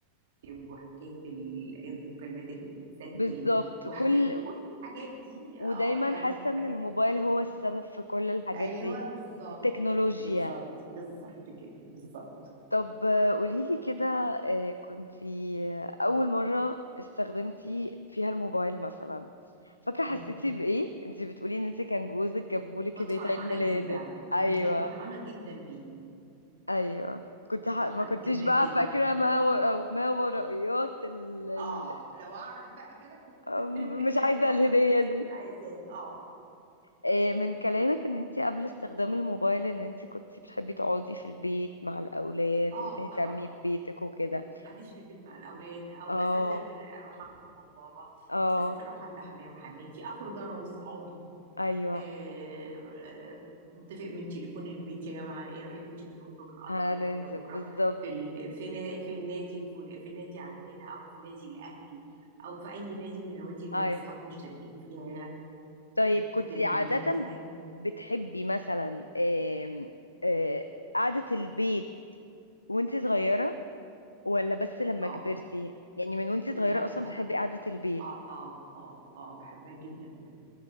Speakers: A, on the right; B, on the left.
A: وحكاية ال- المكالمات اللي بتتسجل
B: بالظبط
A: وحكاية
B: كل
A: كل الحاجات دي
B: ودايما
A: اه يعني
B: حاسة
A: بقت
B: ان الموبايل هو السبب في كل الحاجات
A: ايوه
B: دي
A: بالظبط
B: التكنولوجيا
A: كده بالظبط بالظبط كده بالظبط
B: طب آه، قوليلي كده آه، كنتي آه، أول مرة استخدمتي فيها الموبايل مثلا فاكرة
A: مم.
B: حسيتي بإيه؟ انتي بتقولي ان انتي كان جوزك جابهولك
A: كنت
B: هدية
A: فرحانة
B: عيد ميلادك
A: جدا مم.
B: ايوه
A: كنت فرحانة جدا بيه
B: ايوه كنت
A: كنت
B: ح...
A: فرحانة
B: ما كنتيش
A: جدا
B: بقى
A: جدا
B: فاكرة ما و... ما ورائيات ال... ال...
A: اه لو اعرف بقى كده كنت
B: أم-
A: <laughs>
B: مش عايزة
A: ما
B: الهدية
A: كنتش
B: دي
A: عايزاه اه
B: آه، من كلامك ان انتي قبل استخدام الموبايل ان انتي كنتي بتحبي تقعدي في البيت مع الأولاد
A: اه
B: وتهتمي
A: طبعا
B: ببيتك وكده
A: قعديش في البيت مع الاولاد او
B: اه
A: اسافر اروح عند ماما وبابا
B: اه
A: اسافر اروح عند حماية وحماتي اخرج انا واصحابي
B: ايوه
A: آه، آه، نتفق من تليفون البيت يا جماعه ايه رايكم تيجي نخرج نقضي
B: هننزل
A: اليوم ده بكره
B: بالظبط
A: في ال... في, نا... في النادي الفل... في النادي عندنا او في النادي الاهلي او في اي نادي من النوادي اللي
B: ايوه
A: اصحابي مشتركين فيها
B: طيب كنت
A: غير
B: عادة
A: النادي بتاعي
B: بتحبي مثلا آم، آه، قعدة البيت وانت صغيرة ولا بس لما
A: اه
B: كبرتي يعني من وانت صغيرة
A: لا
B: اصلا
A: لا
B: بتحبي
A: لا
B: قعدة البيت
A: اه اه اه آه، بحبها جدا